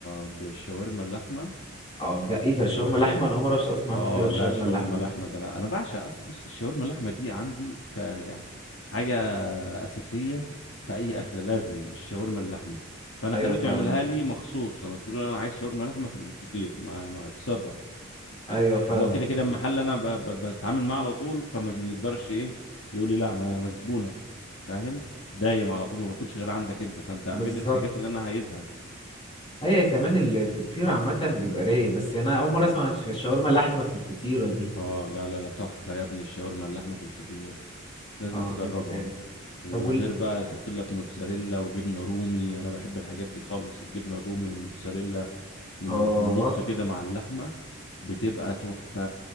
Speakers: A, on the left (about 60°); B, on the left (about 25°).
A: بالشاورما اللحمة
B: اه جا- ايه ده شاورما
A: و
B: لحمة انا اول مرة اسمع
A: اه
B: فطيرة بشاورما
A: لا شاورما
B: اللحمة
A: لحمة ده انا انا بعشق أص... بص الشاورما اللحمة دي عندي ك يعني حاجة أساسية في أي
B: مم.
A: أكلة لازم الشاورما اللحمة فأنا
B: ايوه
A: خليته
B: فاهمك
A: يعملها لي مخصوص أنا قلت له أنا عايز شاورما لحمة في الفطير ما ما اتصرف
B: ايوه فاهمك
A: هو كده كده المحل أنا ب... ب... بتعامل معاه على طول فما بيقدرش إيه يقول لي لا ما أنا زبونك فاهم دايم على طول ما باكلش غير عندك أنت فأنت اعمل
B: بالظبط
A: لي الحاجات اللي أنا عايزها
B: ايوه كمان ال- الفطير عامة بيبقى رايق بس انا اول مرة اسمع عن الشاورما لحمة في الفطيرة دي
A: اه لا لا لا تحفة يا ابني الشاورما اللحمة في الفطير لازم
B: اه
A: تجربها
B: جامد أوي.
A: وغير
B: طب وال
A: بقى يحط لك موتزاريلا وجبنة رومي انا بحب الحاجات دي خالص الجبنة الرومي والموتزاريلا من
B: اه
A: في النص كده مع اللحمة بتبقى تحفة